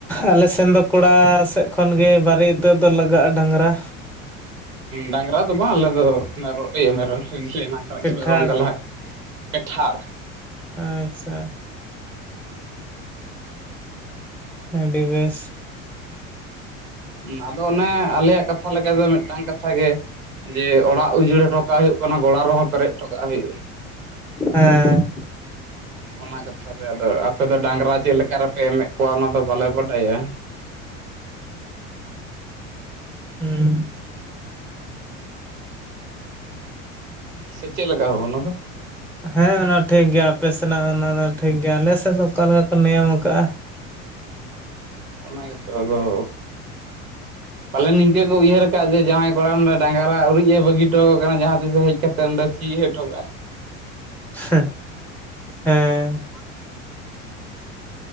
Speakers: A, in the centre; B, on the right.
A: ᱟᱞᱮ ᱥᱮᱱ ᱫᱚ ᱠᱚᱲᱟ ᱥᱮᱜ ᱠᱷᱚᱱᱜᱮ ᱵᱟᱨᱮ ᱤᱛᱟᱹᱛ ᱫᱚ ᱞᱟᱜᱟᱜ-ᱟ ᱰᱟᱝᱨᱟ᱾
B: ᱰᱟᱝᱨᱟ ᱫᱚ ᱵᱟᱝ ᱟᱞᱮ ᱫᱚ ᱢᱮᱨᱚ, ᱤᱭᱟᱹ ᱢᱮᱨᱚᱢ ᱮᱱᱟᱝ ᱠᱷᱱᱟᱜ
A: ᱯᱤᱴᱷᱟᱹᱲ
B: ᱜᱮ ᱢᱮᱨᱚᱢ ᱜᱮ ᱞᱟᱦᱟᱜ ᱯᱮᱸᱴᱷᱟᱲ
A: ᱟᱪᱪᱷᱟ ᱟᱹᱰᱤ ᱵᱮᱥ᱾
B: ᱢᱟ ᱟᱫᱚ ᱚᱱᱮ ᱟᱞᱮᱭᱟᱜ ᱠᱟᱛᱷᱟ ᱞᱮᱠᱟ ᱫᱚ ᱢᱤᱫᱴᱟᱝ ᱠᱟᱛᱷᱟ ᱜᱮᱼᱼ ᱡᱮ ᱚᱲᱟᱜ ᱩᱡᱟᱹᱲ ᱦᱚᱴᱚᱠᱟᱜ ᱦᱩᱭᱩᱜ ᱠᱟᱱᱟ ᱜᱚᱲᱟ ᱨᱮᱦᱚᱸ ᱯᱮᱨᱮᱡ ᱴᱚᱠᱟᱜ ᱦᱩᱭᱩᱜ-ᱟ᱾
A: ᱦᱮᱸ᱾
B: ᱚᱱᱟ ᱠᱟᱛᱷᱟ ᱨᱮ ᱟᱫᱚ ᱟᱯᱮ ᱫᱚ ᱰᱟᱝᱜᱽᱨᱟ ᱪᱮᱫ ᱞᱮᱠᱟ ᱨᱮᱯᱮ ᱮᱢᱮᱜ ᱠᱚᱣᱟ ᱚᱱᱟ ᱫᱚ ᱵᱟᱞᱮ ᱵᱟᱰᱟᱭᱟ᱾
A: ᱦᱩ᱾ᱸ
B: ᱥᱮ ᱪᱮᱜ ᱞᱮᱠᱟ ᱦᱳ ᱚᱱᱟ ᱫᱚ?
A: ᱦᱮᱸ ᱚᱱᱟ ᱴᱷᱤᱠ ᱜᱮᱭᱟ ᱟᱯᱮ ᱥᱮᱱᱟᱜ ᱚᱱᱟ ᱫᱚ ᱴᱷᱤᱠ ᱜᱮᱭᱟ ᱟᱞᱮ ᱥᱮᱫ ᱫᱚ ᱚᱠᱟ ᱞᱮᱠᱟ ᱠᱚ ᱱᱤᱭᱚᱢ ᱟᱠᱟᱟᱜ-ᱟ,
B: ᱚᱱᱟ ᱜᱮᱛᱚ ᱟᱫᱚ ᱯᱟᱞᱮᱱ ᱱᱤᱝᱠᱟᱹ ᱠᱚ ᱩᱭᱦᱟᱹᱨ ᱟᱠᱟᱜ ᱡᱮ ᱡᱟᱶᱟᱭ ᱠᱚᱲᱟ ᱱᱚᱸᱰᱮᱼᱼ ᱰᱟᱝᱜᱽᱨᱟ ᱩᱨᱤᱡ ᱮ ᱵᱟᱹᱜᱤ ᱚᱴᱚᱣ ᱠᱟᱱᱟ ᱡᱟᱦᱟᱸ ᱛᱤ ᱥᱮ ᱦᱮᱡ ᱠᱟᱛᱮᱜ ᱚᱸᱰᱮ ᱥᱤᱭ ᱚᱴᱚ ᱠᱟᱜ-ᱟᱭ᱾
A: ᱥᱮᱸ ᱦᱮᱸ᱾